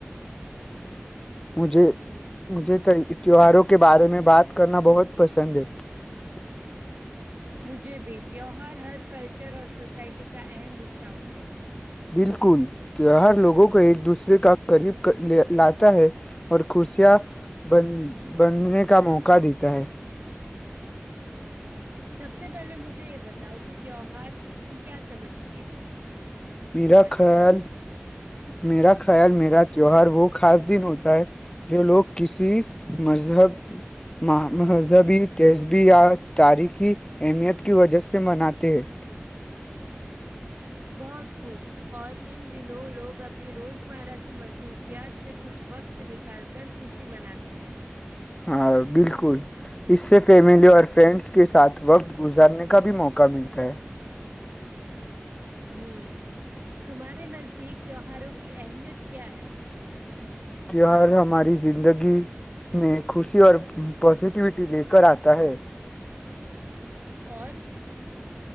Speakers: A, on the left (about 20°); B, on the right (about 50°).
A: <unintelligible> مجھے
B: ہوں
A: مجھے تو تیوہاروں <unintelligible> کے بارے میں بات کرنا بہت <unintelligible> پسند ہے <unintelligible>
B: مجھے بھیتیو ہر ہر کلچر اور سوسائٹی کا اہم حصہ ہوتے ہیں
A: بالکل تیوہار لوگوں کو ایک دوسرے کا قریب لاتا ہے اور <unintelligible> کسیا بند <unintelligible> بندھنے کا موقع دیتا ہے
B: سب سے پہلے مجھے یہ بتاؤ کہ تیوہار سے تم کیا سمجھتی ہو
A: میرا
B: سمجھتے
A: خیال
B: ہو
A: میرا خیال میرا تیوہار وہ خاص دن ہوتا ہے جو لوگ کسی مذہب مہذہبی تہذبی یا تاریخی اہمیت کی وجہ سے مناتے ہیں <unintelligible>
B: بہت خوب اور ان دنوں لوگ اپنی روزمرہ کی مصروفیات سے کچھ وقت نکال کر خوشی مناتے ہیں
A: ہاں بالکل اس سے فیملی اور فرینڈس کے ساتھ وقت گزارنے کا بھی موقع ملتا ہے
B: ہوں تمہارے نزدیک تہوہاروں کی اہمیت کیا ہے
A: تیوار ہماری زندگی میں خوشی اور پازیٹیوٹی لے کر آتا ہے <unintelligible>
B: اور <unintelligible>